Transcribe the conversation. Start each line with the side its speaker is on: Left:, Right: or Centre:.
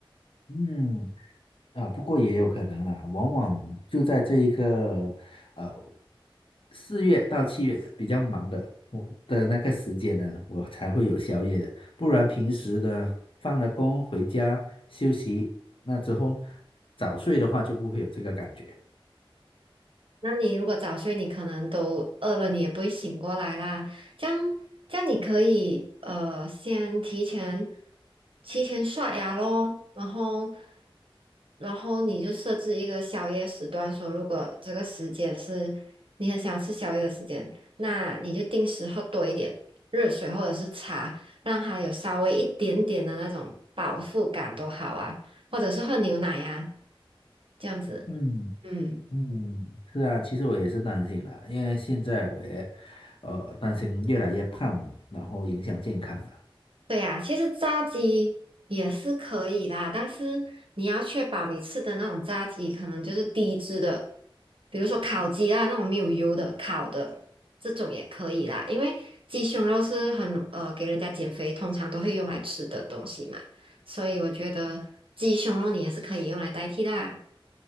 Left: 嗯。啊，不过也有可能啦，往往就在这一个呃四月到七月比较忙的我的那个时间呢，我才会有宵夜的，不然平时呢放了工回家休息，那之后早睡的话就不会有这个感觉。
Right: 那你如果早睡，你可能都饿了，你也不会醒过来啦。这样，这样你可以呃，先提前提前刷牙咯，然后然后你就设置一个宵夜时段，说如果这个时间是你很想吃宵夜的时间，那你就定时喝多一点热水或者是茶，让它有稍微一点点的那种饱腹感都好啊，或者是喝牛奶呀、这样子，
Left: 嗯
Right: 嗯。
Left: 嗯，是啊，其实我也是担心啦，因为现在我也呃担心越来越胖，然后影响健康了。
Right: 对呀，其实炸鸡也是可以啦，但是你要确保你吃的那种炸鸡可能就是低脂的，比如说烤鸡啊那种没有油的烤的这种也可以啦，因为鸡胸肉是很呃给人家减肥通常都会用来吃的东西嘛，所以我觉得鸡胸肉你也是可以用来代替啦。